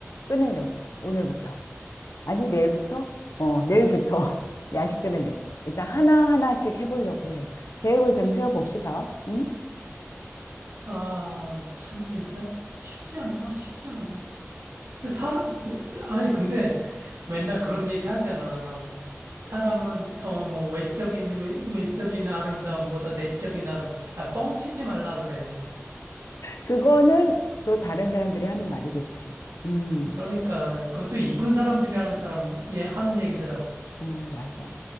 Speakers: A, on the left; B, on the right.
A: 끊으려고, 오늘부터. 아니, 내일부터? 어, 내일부터 <laughs> 야식 끊으려고. 일단 하나하나씩 해보려고 해. 계획을 좀 세워봅시다. 응?
B: 아, 참 진짜 쉽지 않다, 쉽지 않아. 근데 사람, 아니, 근데 맨날 그런 얘기 하잖아. 사람은, 어, 뭐, 외적인, 외, 외적인 아름다움보다 내적인 아름, 아, 뻥치지 말라 그래.
A: 그거는 또 다른 사람들이 하는 말이겠지. 음,
B: 그러니까, 그것도 이쁜 사람들이 하는 사람, 예, 하는 얘기더라고.
A: 음, 맞아.